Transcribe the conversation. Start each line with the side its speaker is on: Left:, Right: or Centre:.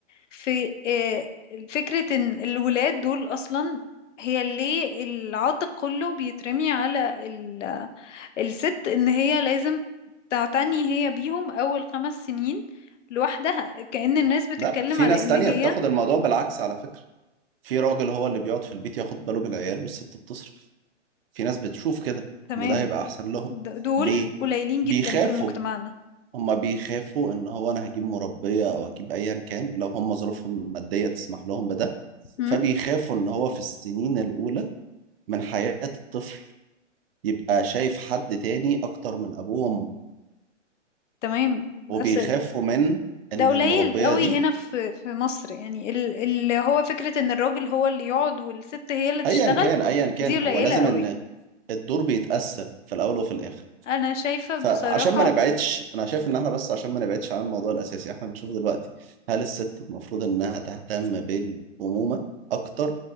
Left: في آه، فكرة ان الولاد دول اصلا هي ليه العاتق كله بيترمي على ال- الست ان هي لازم تعتني هي بيهم اول خمس سنين لوحدها كأن الناس بتتكلم
Right: لا في
Left: على
Right: ناس
Left: ان
Right: تانية
Left: هي
Right: بتاخد الموضوع بالعكس على فكرة في راجل هو اللي بيقعد في البيت ياخد باله بالعيال والست بتصرف في ناس بتشوف كده
Left: تمام
Right: ان ده هيبقى احسن لهم
Left: د- دول
Right: ليه
Left: قليلين جدا
Right: بيخافوا
Left: في مجتمعنا
Right: هما بيخافوا ان هو انا هجيب مربية او اجيب ايا كان لو هما ظروفهم المادية تسمح لهم بده
Left: مم؟
Right: فبيخافوا ان هو في السنين الاولى من حياة الطفل يبقى شايف حد تاني اكتر من ابوه وامه
Left: تمام
Right: وبيخافوا
Left: بس
Right: من ان
Left: ده قليل
Right: المربية
Left: قوي
Right: دي
Left: هنا في في مصر يعني ال- اللي هو فكرة ان الراجل هو اللي يقعد والست هي اللي تشتغل
Right: ايا كان ايا كان
Left: دي قليلة
Right: هو لازم
Left: قوي
Right: ان الدور بيتقسم في الاول وفي الاخر
Left: انا شايفة
Right: فعشان
Left: بصراحة
Right: ما نبعدش انا شايف ان احنا بس عشان ما نبعدش عن الموضوع الاساسي احنا بنشوف دلوقتي هل الست المفروض انها تهتم بالامومة اكتر